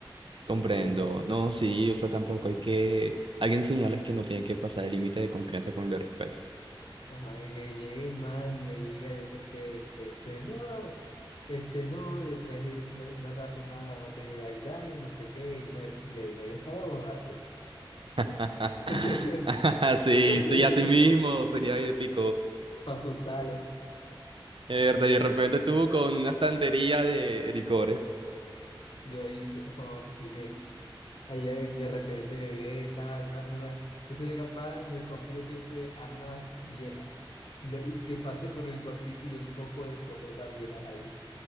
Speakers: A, on the right; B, on the left.
A: Comprendo.
B: De que,
A: No, sí, o sea, tampoco hay que... Hay que enseñarles que no tiene que pasar el límite de confianza con el de respeto.
B: Ajá, que llegue el man y me diga, yo qué sé, este, señor, este, no, le traje una, una ta- una botella de Jack Daniel, no sé qué, y uno decirle, me ves cara de borracho.
A: <laughs>
B: <laughs>
A: Sí,
B: Para
A: sí, así mismo sería épico.
B: asustarlo.
A: Eh, De repente tú con una estantería de licores.
B: Yo ahí, joder, que sí que, allá de de repente me ve, tal, una, una, yo seré capaz, me compró, que sé, armas viejas. Y, lo- y que pase por el cuartito y el poco de escopetas viejas ahí.